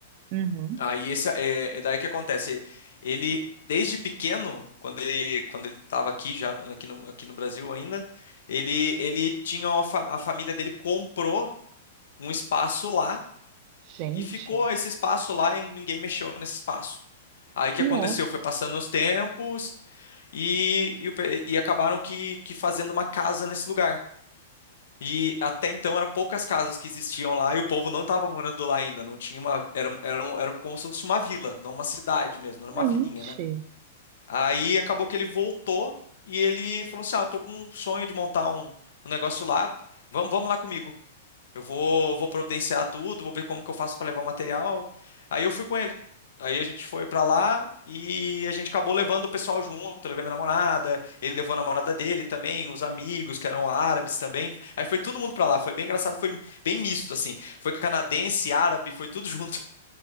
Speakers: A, on the right; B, on the left.
A: uhum.
B: Aí esse é, é daí que acontece. Ele desde pequeno, quando ele quando ele estava aqui já no- aqui no, aqui no Brasil ainda, ele ele tinha uma fa- a família dele comprou um espaço lá
A: Gente,
B: e ficou esse espaço lá e ninguém mexeu nesse espaço. Aí o que
A: nossa.
B: aconteceu? Foi passando os tempos e, e, o pe- e acabaram que, que fazendo uma casa nesse lugar. E até então eram poucas casas que existiam lá e o povo não estava morando lá ainda. Não tinha uma. Era, era, um- era como se fosse uma vila, não uma cidade mesmo, era
A: Gente,
B: uma vilinha, né? Aí acabou que ele voltou e ele falou assim: Ah, eu tô com um sonho de montar um, um negócio lá. Vamos, vamos lá comigo. Eu vou, vou providenciar tudo, vou ver como que eu faço para levar o material. Aí eu fui com ele. Aí a gente foi para lá e a gente acabou levando o pessoal junto. Eu levei minha namorada, ele levou a namorada dele também, os amigos que eram árabes também. Aí foi todo mundo para lá. Foi bem engraçado, foi bem misto assim. Foi canadense, árabe, foi tudo <laughs> junto.